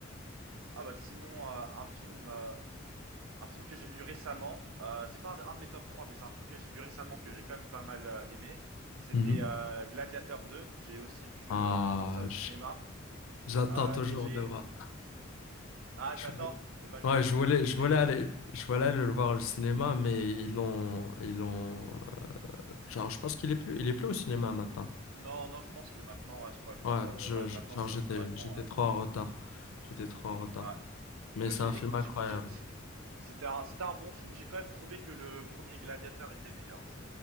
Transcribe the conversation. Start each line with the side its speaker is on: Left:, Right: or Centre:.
Right: ah bah sinon, euh, un film, euh, un film que j'ai vu récemment. euh, c'est pas un de, un de mes top 3 mais c'est un film que j'ai vu récemment que j'ai quand même pas mal euh, aimé. C'était
Left: Mhm.
Right: euh, Gladiator 2. J'ai aussi pu,
Left: Ah,
Right: euh, pu voir ça au cinéma.
Left: j- j'attends
Right: Euh,
Left: toujours
Right: et j'ai.
Left: de voir.
Right: Ah,
Left: <laughs>
Right: t'attends. Eh ben j'ai
Left: Ouais, je voulais,
Right: été.
Left: je
Right: été-
Left: voulais aller, je voulais aller le voir
Right: Mhm.
Left: au cinéma, mais ils l'ont, ils l'ont, genre, je pense qu'il est plus, il est plus au cinéma maintenant.
Right: Non, non, je pense que maintenant, ouais, je, pense- je
Left: Ouais,
Right: pense pas.
Left: je,
Right: Ouais,
Left: je-
Right: maintenant
Left: genre,
Right: ça,
Left: j'étais,
Right: ça doit être bon.
Left: j'étais
Right: Ouais.
Left: trop en retard. J'étais trop en retard.
Right: Ouais.
Left: Mais
Right: Ben,
Left: c'est
Right: j'ai,
Left: un film
Right: écoute,
Left: incroyable.
Right: j'ai, j'ai- c'était c'était un, c'était un bon film. J'ai quand même trouvé que le premier Gladiator était meilleur. Je